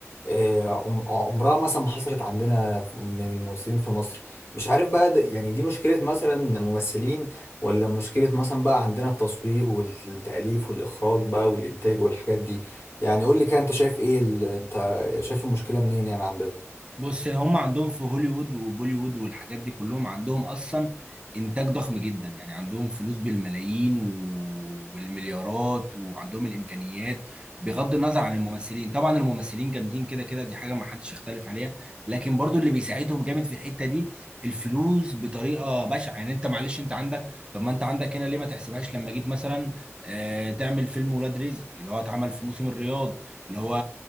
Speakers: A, on the left; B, on the right.
A: آه، عم- عمرها مثلا ما حصلت عندنا في- من الممثلين في مصر مش عارف بقى ده يعني دي مشكلة مثلا ممثلين ولا مشكلة مثلا بقى عندنا التصوير والتأليف والإخراج بقى والإنتاج والحاجات دي يعني قول لي كده انت شايف ايه ال... انت شايف المشكله منين يعني عندنا
B: بص هم عندهم في هوليوود وبوليوود والحاجات دي كلهم عندهم اصلا انتاج ضخم جدا يعني عندهم فلوس بالملايين و- والمليارات وعندهم الامكانيات بغض النظر عن الممثلين طبعا الممثلين جامدين كده كده دي حاجه ما حدش يختلف عليها لكن برضو اللي بيساعدهم جامد في الحته دي الفلوس بطريقه بشعه يعني انت معلش انت عندك طب ما انت عندك هنا ليه ما تحسبهاش لما جيت مثلا آه، تعمل فيلم ولاد رزق اللي هو اتعمل في موسم الرياض اللي هو